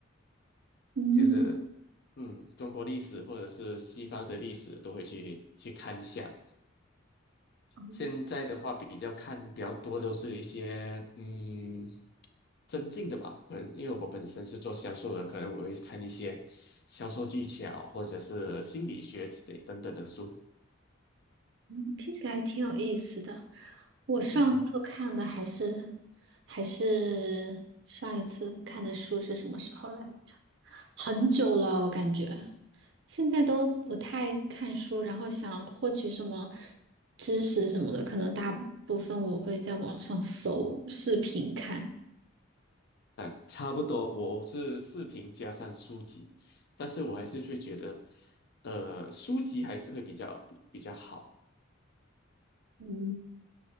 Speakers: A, on the right; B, on the left.
A: 嗯，
B: 就是嗯，中国历史或者是西方的历史都会去去看一下。
A: 哦
B: 现在的话，比较看比较多都是一些嗯增进的吧，可能因为我本身是做销售的，可能我会看一些销售技巧或者是心理学之类等等的书。
A: 嗯，听起来挺有意思的。我上次看的还是
B: 嗯，
A: 还是上一次看的书是什么时候来着？很久了，我感觉。现在都不太看书，然后想获取什么知识什么的，可能大部分我会在网上 <laughs> 搜视频看，
B: 啊，差不多，我是视频加上书籍，但是我还是会觉得，呃，书籍还是会比较比比较好。
A: 嗯，